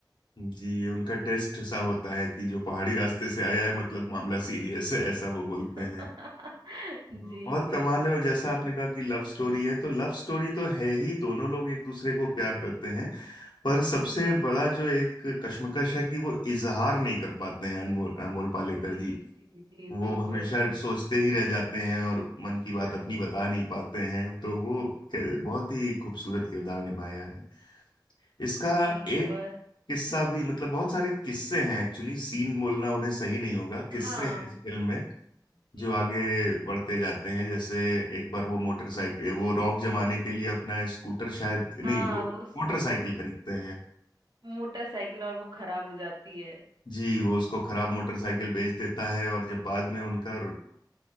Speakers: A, on the left; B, on the right.
A: जी ये उनका टेस्ट सा होता है कि जो पहाड़ी रास्ते से आया है मतलब मामला सीरियस है ऐसा वो बोलते
B: <laughs>
A: हैं तो
B: जी
A: बहुत
B: जी
A: कमाल है और जैसा आपने कहा कि लव स्टोरी है तो लव स्टोरी तो है ही दोनों लोग एक दूसरे को प्यार करते हैं पर सबसे
B: जी
A: बड़ा जो एक कश्मकश है कि वो इजहार नहीं कर पाते हैं अनमोल अमोल पालेकर
B: जी
A: जी
B: जी जी
A: वो
B: बिल्कुल
A: हमेशा सोचते ही रह जाते हैं और मन की
B: <laughs>
A: बात अपनी बता नहीं पाते हैं तो वो के- बहुत ही खूबसूरत किरदार निभाया है इसका
B: जी
A: एक
B: और
A: किस्सा
B: जी
A: भी मतलब बहुत सारे किस्से हैं एक्चुअली सीन बोलना उन्हें सही नहीं होगा किस्से
B: हाँ
A: हैं इस फिल्म में
B: जी
A: जो आगे बढ़ते जाते हैं जैसे एक बार वो मोटरसाइकिल वो रौब जमाने के लिए अपना स्कूटर शायद नहीं
B: हाँ
A: वो
B: वो स-
A: मोटरसाइकिल खरीदते हैं
B: मोटरसाइकिल और वो खराब हो जाती है
A: जी वो उसको खराब मोटरसाइकिल बेच देता है और जब बाद में उनका